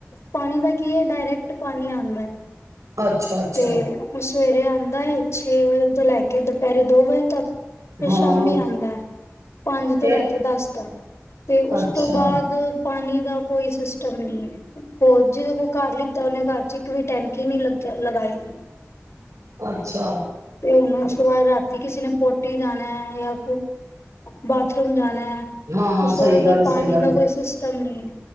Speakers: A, on the left; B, on the right.
A: ਪਾਣੀ ਦਾ ਕੀ ਐ, ਡਾਇਰੈਕਟ ਪਾਣੀ ਆਦਾ ਹੈ।
B: ਅੱਛਾ -ਅੱਛਾ।
A: ਤੇ ਉਹ ਸਵੇਰੇ ਆਂਦਾ ਏ, ਛੇ ਵਜੇ ਤੋਂ ਲੈ ਕੇ ਦੁਪਹਿਰੇ ਦੋ ਵਜੇ ਤੱਕ ਫਿਰ
B: ਹਾਂ
A: ਸ਼ਾਮੀ ਆਦਾ ਏ, ਪੰਜ
B: ਫੇਰ
A: ਤੋਂ ਲੈ ਕੇ ਦਸ ਤੱਕ ਤੇ ਉਸ
B: ਅੱਛਾ
A: ਤੋਂ ਬਾਅਦ ਪਾਣੀ ਦਾ ਕੋਈ ਸਿਸਟਮ ਨੀ ਹੈ ਹੋਰ ਜਿਹਦੇ ਕੋਲ ਘਰ ਲਿੱਤਾ ਉਹਨੇ ਘਰ ਚ ਇੱਕ ਵੀ ਟੈਂਕੀ ਨੀ ਲੱਗੀ ਲਗਾਏਗੀ।
B: ਅੱਛਾ
A: ਤੇ ਹੁਨ ਉਸ ਤੋਂ ਬਾਅਦ ਰਾਤੀ ਕਿਸੇ ਨੇ ਪੋਟੀ ਜਾਣਾ ਯਾ ਬਾਥਰੂਮ ਜਾਣਾ ਹੈ
B: ਹਾਂ
A: ਉਸ
B: ਸਹੀ
A: ਤੋਂ ਬਾਅਦ
B: ਗੱਲ
A: ਫਿਰ ਪਾਣੀ
B: ਸਹੀ ਗੱਲ
A: ਦਾ ਕੋਈ ਸਿਸਟਮ ਨਹੀਂ ਹੈ,